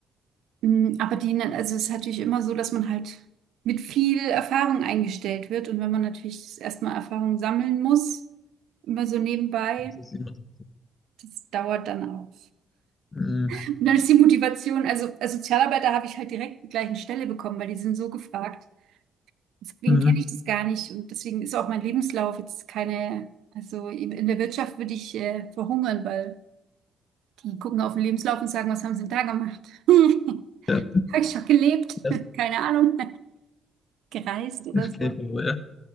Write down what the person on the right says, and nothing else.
Mm, Aber die, ne- also es ist natürlich immer so, dass man halt mit viel Erfahrung eingestellt wird. Und wenn man natürlich erstmal Erfahrung sammeln muss, immer so nebenbei,
das dauert dann auch.
Und dann ist die Motivation, also als Sozialarbeiter habe ich halt direkt die gleichen Stelle bekommen, weil die sind so gefragt. Deswegen
kenne ich das gar nicht und deswegen ist auch mein Lebenslauf jetzt keine, also in in der Wirtschaft würde ich äh, verhungern, weil die gucken auf den Lebenslauf und sagen, was haben sie denn da gemacht? <laughs>
Habe ich schon gelebt?
<laughs> Keine Ahnung, gereist oder
so.